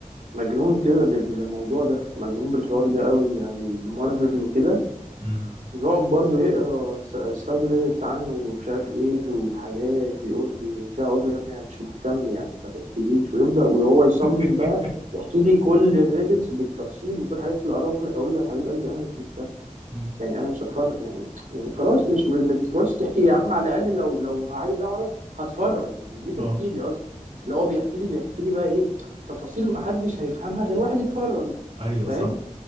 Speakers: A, on the right (about 75°); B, on the right (about 45°).
A: مجنون كده بالموضوع ده مجنون بالحوار ده قوي يعني مارفل وكده
B: امم
A: ويقعد برضه يقرا ساب ريدتس عنه ومش عارف ايه وحاجات ويقول لي وبتاع اقول له يا ابني انا مش مهتم يعني ما تحكيليش ويبدا وهو يصمم
B: <laughs>
A: بقى يحكي لي كل الريدتس بالتفصيل وكل الحاجات اللي قراها وكل اقول له يا حبيب قلبي انا مش مهتم
B: أمم.
A: يعني انا مش هتفرج يعني يعني خلاص مش ما تقعدش تحكي لي يا عم على الاقل لو لو عايز اعرف هتفرج يعني ليه تحكي
B: اه
A: لي اصلا اللي هو بيحكي لي بيحكي لي بقى ايه تفاصيل ما حدش هيفهمها غير واحد يتفرج
B: ايوه
A: فاهم
B: صح